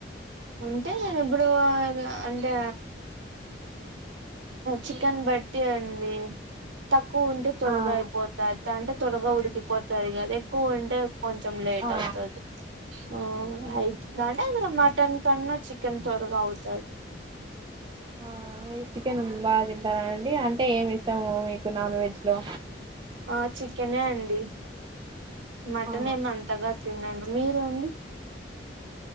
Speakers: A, on the right (about 80°); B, on the right (about 25°).
A: ఉంటే ఇప్పుడు అంటే చికెన్ బట్టి అండి తక్కువ ఉంటే త్వరగా
B: ఆ
A: అయిపోతంది అంటే త్వరగా ఉడికిపోతాది కదా ఎక్కువ ఉంటే కొంచం లేట్
B: ఆ
A: అవుతాది ఆ
B: ఉమ్
A: అయితే నాడి ఆ మటన్ కన్నా చికెన్ త్వరగా అవుతాది
B: ఆ చికెన్ బాగా తింటారనండి అంటే ఏమి ఇస్తాము మీకు నాన్ వెజ్ లో
A: ఆ చికెనే అండి మటన్
B: ఆ
A: ఏమి అంతగా తిన్నాను మీరు అండి